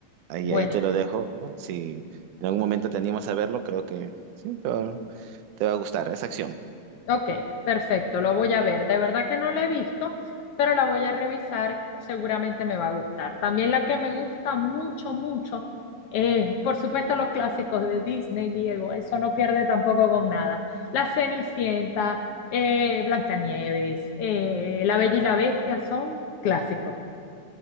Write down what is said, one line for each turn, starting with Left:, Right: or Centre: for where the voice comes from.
Right: ahí,
Left: Buenísimo.
Right: ahí te lo dejo. Si en algún momento te animas a verlo, creo que sí, te va, te va a gustar esa acción.
Left: Ok, perfecto, lo voy a ver. De verdad que no la he visto, pero la voy a revisar, seguramente me va a gustar. También la que me gusta mucho, mucho, es, por supuesto, los clásicos de Disney, Diego, eso no pierde tampoco con nada. La Cenicienta, eh, Blancanieves, eh, La Bella y la Bestia son clásicos.